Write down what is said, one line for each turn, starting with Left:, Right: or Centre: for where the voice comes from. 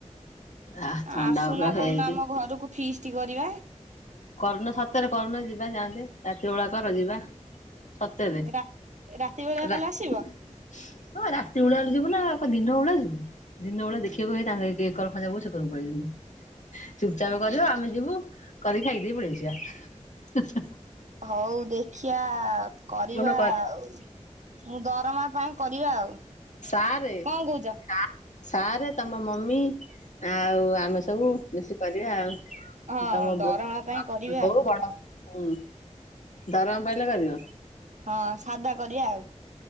Left: ଆ ଥଣ୍ଡା
Right: ଆସୁନା
Left: ପୁରା ହେଇଯାଇଛି।
Right: କୋଉ ଦିଇନ ଆମ ଘରକୁ ଫିସ୍ଟି କରିବା।
Left: କରୁନ ସତରେ କରୁନ ଯିବା ଯାଆନ୍ତେ ରାତି ବେଳା କର ଯିବା। ସତରେ
Right: ରା ରାତି ବେଳିଆ
Left: ନା
Right: କଲେ ଆସିବ
Left: ହଁ ରାତି ବେଳିଆ ଯିବୁ ନା ଆ କଣ ଦିଇନ ବେଳିଆ ଯିବୁ। ଦିଇନ ବେଳେ ଦେଖିବାକୁ ହେଇ ତାଙ୍କ ଏକର ଖଞ୍ଜା ବୋଉ ସେକରକୁ ପଳେଇଚନ୍ତି। ଚୁପ୍ ଚାପ୍ କରିବ ଆମେ ଯିବୁ କରିକି ଖାଇଦେଇ ପଳେଇସିବା।
Right: ହୋଉ ଦେଖିବା କରିବା
Left: କଣ କହିଲା
Right: ଆଉ। ମୁଁ ଦରମା ପାଏ କରିବା ଆଉ।
Left: ସାରେ
Right: କଣ କହୁଛ
Left: ଆ ସାରେ ତମ ମମି ଆଉ ଆ ଆମେ ସବୁ ମିଶିକି କରିବା ଆଉ
Right: ହଁ
Left: ତମ
Right: ଦରମା
Left: ବୋ
Right: ପାଇଁ କରିବା
Left: ବୋଉ
Right: ଆଉ
Left: ବଡ଼ ହୁଁ ଦରମା ପାଇଲେ କରିବ?
Right: ହଁ ସାଧା କରିବା ଆଉ।